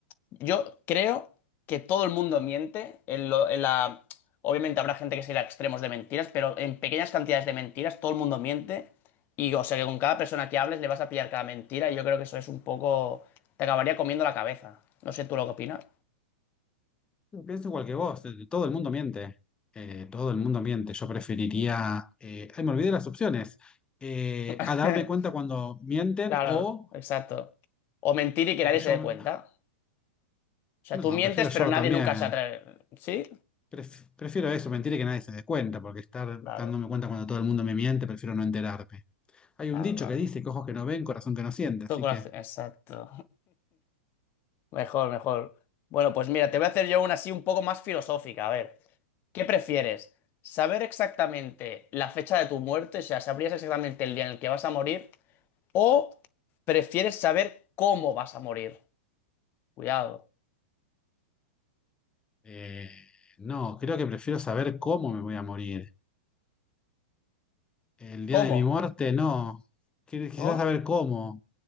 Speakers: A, on the left; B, on the left.
A: yo creo que todo el mundo miente. En lo- en la... Obviamente habrá gente que se irá a extremos de mentiras, pero en pequeñas cantidades de mentiras todo el mundo miente. Y o sea que con cada persona que hables le vas a pillar cada mentira y yo creo que eso es un poco... Te acabaría comiendo la cabeza. No sé tú lo que opinas.
B: Pienso igual que vos, eh, todo el mundo miente. Eh, todo el mundo miente. Yo preferiría. eh, ay, me olvidé las opciones. Eh,
A: <laughs>
B: a darme cuenta cuando mienten
A: Claro,
B: o,
A: exacto. O mentir y que
B: o
A: nadie
B: que yo.
A: se dé
B: me-
A: cuenta. O sea,
B: No,
A: tú mientes,
B: prefiero yo
A: pero nadie
B: también.
A: nunca se atreve. ¿Sí?
B: Pref- prefiero eso, mentir y que nadie se dé cuenta, porque estar
A: Claro,
B: dándome cuenta cuando todo el mundo me miente, prefiero no enterarme. Hay
A: claro,
B: un dicho
A: claro.
B: que dice que ojos que no ven, corazón que no siente, así
A: Tu corazón-
B: que
A: Exacto. Mejor, mejor. Bueno, pues mira, te voy a hacer yo una así un poco más filosófica. A ver, ¿qué prefieres? ¿Saber exactamente la fecha de tu muerte? O sea, ¿sabrías exactamente el día en el que vas a morir? ¿O prefieres saber cómo vas a morir? Cuidado.
B: eh, no, creo que prefiero saber cómo me voy a morir. El día
A: ¿Cómo?
B: de mi muerte, no. Qui- Quizás
A: ¿No?
B: saber cómo.